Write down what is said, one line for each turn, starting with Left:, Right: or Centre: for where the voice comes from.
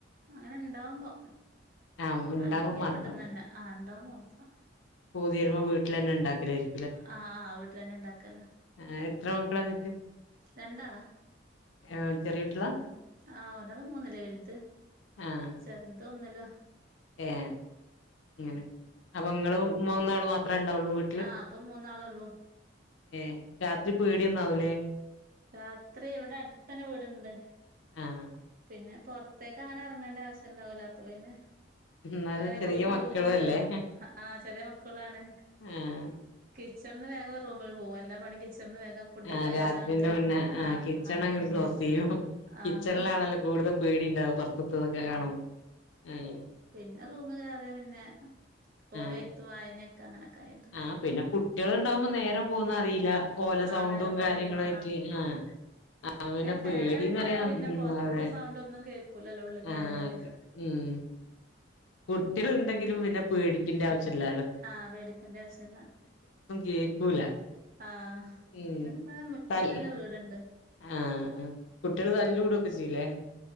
Right: അങ്ങനെണ്ടാവുമ്പോ
Left: ആഹ് ഉണ്ടാവുമ്പോ
Right: അല്ലെങ്കി
Left: മാത്രം
Right: വീട്ട്ന്നന്നെ ആ ഇണ്ടാവമ്പോ മാത്രം.
Left: പൂതിവരുമ്പോ വീട്ടിലെന്നെ ഇണ്ടാക്കയിരി
Right: ആഹ്, ആഹ്‌, വീട്ടിലെന്നെ ഇണ്ടാക്കലാ
Left: ആഹ്‌, എത്ര മക്കളാ നിങ്ങൾക്ക്
Right: രണ്ട് ആൾ.
Left: ആഹ്‌, ചെറിയുട്ടി
Right: ഉം, ആഹ്‌, ഒരാള് മൂന്നില വലുത്
Left: ആഹ്
Right: ചെറുത് ഒന്നിലും
Left: ഏഹ്, ഇങ്ങനെ. അപ്പ നിങ്ങള് മൂന്നാള് മാത്രെ ഉണ്ടാവുളു വീ
Right: ആഹ്, അപ്പം മൂന്നാളൊ ള്ളൂ.
Left: ഏഹ്, രാത്രി പേടി ഒന്നാവുലേ?
Right: രാത്രി ഇവ്ട അടുത്തൊക്കെ വീട്ണ്ട്
Left: ആഹ്
Right: പിന്ന, പൊറത്തേക്ക് അങ്ങനെ എറങ്ങണ്ട ആവശ്യണ്ടാവൂല അപ്പ പിന്നെ
Left: എന്നാലും
Right: വേഗം
Left: ചെറിയ മക്കളും
Right: റൂമില്
Left: അല്ലേ
Right: കെറും. അ, ആഹ്, ചെറിയ മക്കളാണ്
Left: ആഹ്
Right: കിച്ചൺന്ന് വേഗം റൂമിൽ പോവും. എല്ലാ പണിയും കിച്ചൺന്ന് വേഗം ഫുഡൊക്കെ
Left: ആഹ്‌,
Right: കഴിച്ചാണ്ട്
Left: രാത്രിന്റെ മുന്നേ ആഹ്‌
Right: ആഹ്
Left: കിച്ചണങ്ങ്
Right: ആഹ്
Left: ക്ലോസ് ചെയ്യും.
Right: ആഹ്
Left: കിച്ച ത് ഇള്ളാളല്ലേ കൂട്തൽ പേടി ഇണ്ടാവ. പുറമെ ഉള്ളതൊക്കെ കാണുമ്പോ. ഉം
Right: പിന്ന റൂമ് കേറിയാ പിന്നെ ഓലെ
Left: ആഹ്
Right: എഴു ത്തും വായന ഒക്കെ അങ്ങനെ ഒക്കെ ആയിട്ട്
Left: ആഹ്, പിന്ന കുട്ടികള് ഉണ്ടാവുമ്പോ നേരം പോകുന്നത് അറിയില്ല. ഓല
Right: ആഹ്
Left: സൗണ്ടും
Right: നേരം പോണ
Left: കാര്യങ്ങളു
Right: അറിയില്ല
Left: ആയിട്ട് ആഹ്, അപ്പോൾ പിന്നെ
Right: ഫാനാട്ടാ
Left: പേടീന്ന് പറയാം.
Right: പിന്നെ
Left: ഉം
Right: പൊറത്ത്ത്തെ
Left: അതെ
Right: സൗണ്ട് ഒന്നും കേൾക്കൂല ല്ലോ? ഉള്ള് കെറിയാല്
Left: ആഹ് ഉം കുട്ടികള് ഇണ്ടെങ്കിലും പിന്ന പേടിക്കണ്ട ആവശ്യല്ലാ ലൊ
Right: ആഹ്, പെടിക്കണ്ട ആവശ്യല്ല.
Left: കേക്കൂല
Right: ആഹ്
Left: ഉം
Right: ന്ന് മ്മ് ടെ മു മുറ്റത്തന്നെ
Left: തല്ല്
Right: വീട്ണ്ട്
Left: ആഹ്, കുട്ടികള് തല്ല് കൂടു ഒക്കെ ചെയ്ല്ലേ?